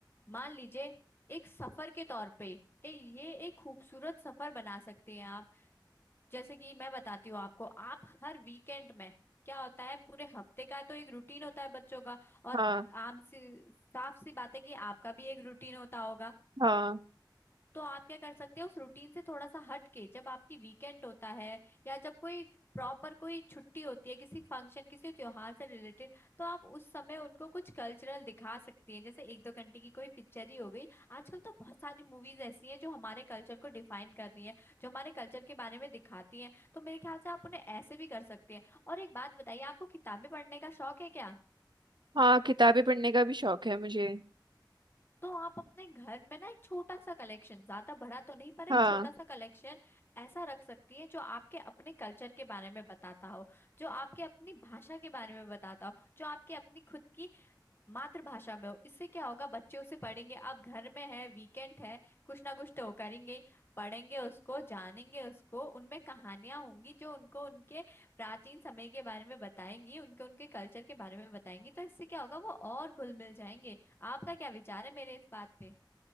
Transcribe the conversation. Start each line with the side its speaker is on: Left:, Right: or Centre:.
Left: मान लीजिए एक सफर के तौर पे ए, ये एक खूबसूरत सफर बना सकती हैं आप जैसे कि मैं बताती हूँ आपको आप हर वीकेंड में क्या होता है पूरे हफ्ते का तो एक रूटीन होता है बच्चों का और
Right: हाँ
Left: आम सी साफ सी बात है कि आपका भी एक रूटीन होता होगा
Right: हाँ
Left: तो आप क्या कर सकते हो उस रूटीन से थोड़ा सा हट के जब आपकी वीकेंड होता है या जब कोई प्रॉपर कोई छुट्टी होती है किसी फंक्शन किसी त्योहार से रिलेटेड तो आप उस समय उनको कुछ कल्चरल दिखा सकती हैं जैसे एक दो घंटे की कोई पिक्चर ही हो गई आजकल तो बहुत सारी मूवीज ऐसी हैं जो हमारे कल्चर को डिफाइन कर रही हैं जो हमारे कल्चर के बारे में दिखाती हैं तो मेरे ख्याल से आप उन्हें ऐसे भी कर सकते हैं और एक बात बताइए आपको किताबें पढ़ने का शौक है क्या
Right: हाँ किताबें पढ़ने का भी शौक है मुझे
Left: तो आप अपने घर में ना एक छोटा सा कलेक्शन ज्यादा बड़ा तो नहीं पर एक
Right: हाँ
Left: छोटा सा कलेक्शन ऐसा रख सकती हैं जो आपके अपने कल्चर के बारे में बताता हो जो आपके अपनी भाषा के बारे में बताता हो जो आपके अपनी खुद की मातृभाषा में हो इससे क्या होगा बच्चे उसे पढ़ेंगे आप घर में है वीकेंड है कुछ ना कुछ तो करेंगे ही। पढ़ेंगे उसको जानेंगे उसको उनमें कहानियां होंगी जो उनको उनके प्राचीन समय के बारे में बताएंगी उनके उनके कल्चर के बारे में बताएंगी तो इससे क्या होगा वो और घुल मिल जाएंगे आपका क्या विचार है मेरे इस बात पे